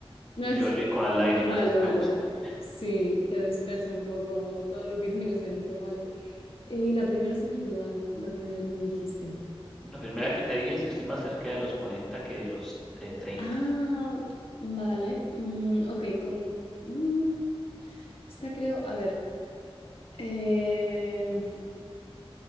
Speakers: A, on the left (about 70°); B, in the centre.
A: <laughs>
B: y yo y con las lágrimas,
A: Vale,
B: así
A: vale.
B: me gusta, ¿eh?
A: Sí, te despeje un poco todo lo que tienes dentro, vale. Eh, y la primera se me ha olvidado, la primera que me dijiste.
B: La primera que te dije es que estoy más cerca de los 40 que de los eh, 30.
A: Ah, vale. mm, ok, con... mm, esta creo... A ver. eh,